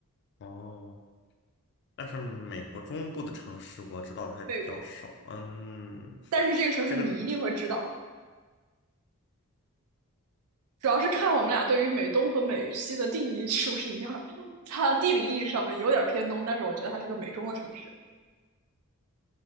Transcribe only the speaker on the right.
<laughs> 对，
但是这个城市你一定会知道，
主要是看我们俩对于美东和美西的定义是不是一样。<laughs> 它地理意义上面有点偏东，但是我觉得它是一个美中的城市，